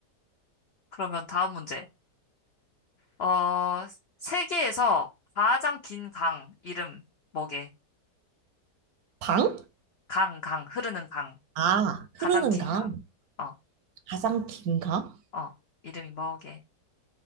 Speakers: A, on the left; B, on the right.
A: 그러면 다음 문제. 어, 세계에서 가장 긴 강 이름 뭐게?
B: 방?
A: 강, 강, 흐르는 강.
B: 아, 흐르는
A: 가장 긴
B: 강.
A: 강. 어,
B: 가장 긴 강?
A: 어. 이름이 뭐게?